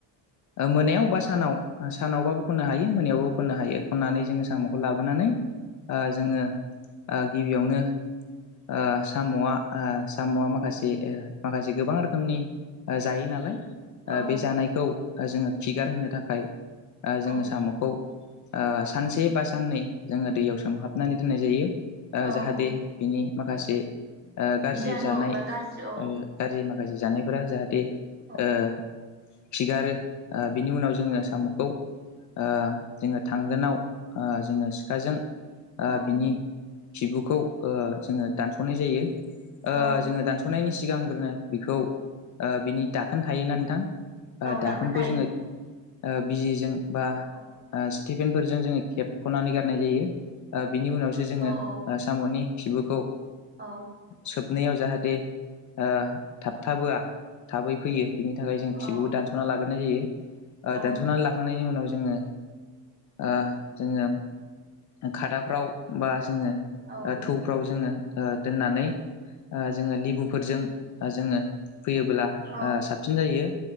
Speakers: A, on the left; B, on the right.
A: मोनायाव बा सानाव सानावबाबो खननो हायो, मोनायावबाबो खननो हायो। खननानै जोङो साम'खौ लाबोनानै ओ जोङो ओ गिबियावनो ओह साम'आ ओह साम'आ माखासे ओ माखासे गोबां रोखोमनि जायो नालाय। ओह
B: औ
A: बे जानायखौ ओह जोङो खिगार होनो थाखाय ओह जोङो
B: औ
A: साम'खौ ओह सानसे बा साननै जोङो दैयाव सोमहाबनानै दोननाय जायो। ओह
B: औ
A: जाहाथे
B: औ
A: बिनि माखासे ओह गाज्रि
B: बिजानु
A: जानाय
B: एबा गाज्रि औ
A: गाज्रि मा खासे जानायफोरा जाहाथे
B: औ
A: ओह खिगारो। ओह बिनि उनाव जोङो
B: औ
A: साम'खौ ओह जोङो थांगोनाव ओह जोङो सिखाजों ओह
B: औ
A: बिनि खिबुखौ ओह जोङो दानस'नाय जायो ओह
B: औ
A: जोङो दानस'नायनि सिगांग्रोनो बेखौ ओह बिनि दाखोन थायोना नोंथां। ओह
B: औ
A: दाखोनखौ
B: दाखोन थायो
A: जोङो बिजिजों बा
B: औ
A: स्टिफेनफोरजों जोङो खेबख'नानै गारनाय जायो ओह बिनि उनावसो जोङो
B: औ
A: ओह साम'नि खिबुखौ
B: औ
A: सोबनायाव ओह जाहाथे ओह थाबथाबोआ थाबै फैयो बेनि थाखाय जों खिबुखौ
B: औ
A: दानस'ना लाग्रोनाय जायो। ओह
B: औ
A: दानस'नानै लाखांनायनि उनाव जोङो ओह जोङो खादाफ्राव बा जोङो
B: औ
A: ओह थौफोराव दोननानै ओह जोङो लिबु लिबुफोरजों जोङो हुयोब्ला
B: औ नंगौ औ
A: साबसिन जायो।